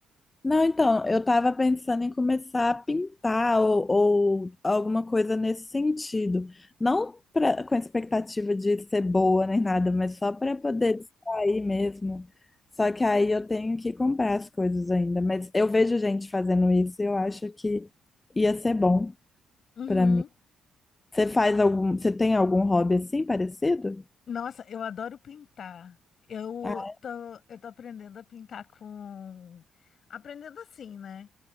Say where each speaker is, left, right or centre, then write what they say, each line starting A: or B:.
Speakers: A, on the left (about 20°); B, on the left (about 55°).
A: Não, então, eu estava pensando em começar a pintar ou, ou alguma coisa nesse sentido. Não pra, com expectativa de ser boa nem nada, mas só para poder distrair mesmo. Só que aí eu tenho que comprar as coisas ainda. Mas eu vejo gente fazendo isso e eu acho que ia ser bom
B: Uhum.
A: para mim. Você faz algum, você tem algum hobby assim parecido?
B: Nossa, eu adoro pintar. Eu
A: Ah,
B: tô, eu tô aprendendo a pintar com... Aprendendo assim, né?